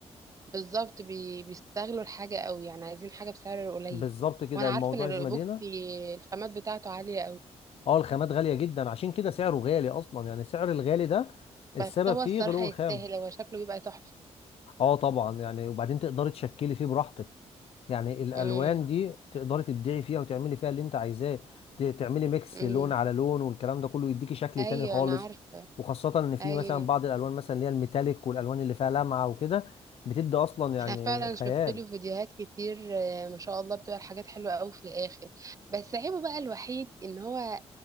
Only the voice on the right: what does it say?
بالظبط بي... بيستغلوا الحاجه قوي يعني عايزين حاجه بسعر قليل
وانا عارفه
ان الايبوكسي
الخامات بتاعته عاليه قوي
بس هو
الصراحه
يستاهل
هو شكله بيبقى تحفه
امم
امم
ايوه
انا عارفه
ايوه
انا فعلا
شفت له فيديوهات كتير آه، ما شاء الله بتبقى الحاجات حلوه قوي في الاخر بس عيبه بقى الوحيد ان هو